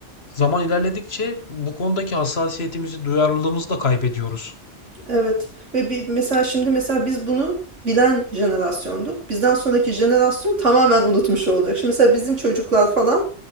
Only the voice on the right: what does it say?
Evet ve bir mesela şimdi mesela biz bunu bilen jenerasyonduk. Bizden sonraki jenerasyon tamamen unutmuş olacak. Şimdi mesela bizim çocuklar falan